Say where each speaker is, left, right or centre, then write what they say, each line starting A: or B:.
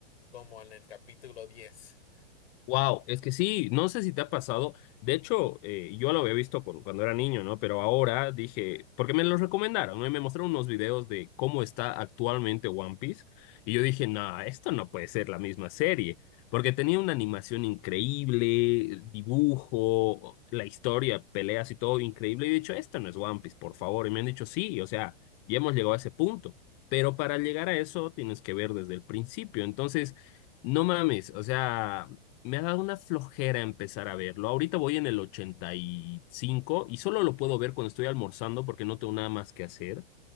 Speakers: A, on the left; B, on the left.
A: como en el capítulo diez
B: Wow, es que sí, no sé si te ha pasado. De hecho, eh, yo lo había visto cu- cuando era niño, ¿no? Pero ahora dije, porque me lo recomendaron, ¿no? Y me mostraron unos videos de cómo está actualmente One Piece. Y yo dije, no, esto no puede ser la misma serie. Porque tenía una animación increíble, dibujo, la historia, peleas y todo increíble. Y he dicho, esto no es One Piece, por favor. Y me han dicho, sí, o sea, ya hemos llegado a ese punto. Pero para llegar a eso tienes que ver desde el principio. Entonces. No mames, o sea, me ha dado una flojera empezar a verlo. Ahorita voy en el 85 y cinco y solo lo puedo ver cuando estoy almorzando porque no tengo nada más que hacer.